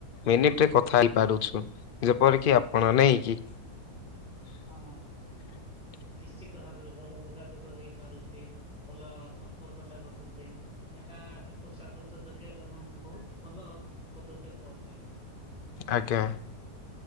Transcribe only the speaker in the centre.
ହଁ।
ନିଶ୍ଚିତ ଭାବରେ ଭଲ ଯୋଗାଯୋଗ ହେଇପାରୁଛି, ଭଲ ସମ୍ପର୍କ ଟା ରହୁଛି। ଏଟା ଏକ ସ୍ଵାଗତ ଯୋଗ୍ୟ ଏବଂ ବହୁତ ଭଲ ପଦକ୍ଷେପ ଅଟେ।